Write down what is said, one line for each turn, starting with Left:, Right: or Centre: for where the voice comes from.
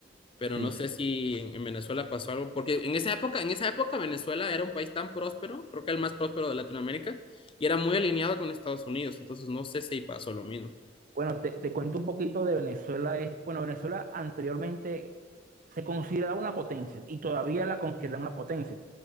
Left: pero
Right: Sí,
Left: no
Right: sí.
Left: sé si en, en Venezuela pasó algo, porque en esa época, en esa época Venezuela era un país tan próspero, creo que el más próspero de Latinoamérica, y era muy alineado con Estados Unidos, entonces no sé si pasó lo mismo.
Right: Bueno, te, te cuento un poquito de Venezuela. Es, bueno, Venezuela anteriormente se consideraba una potencia y todavía la consideran una potencia.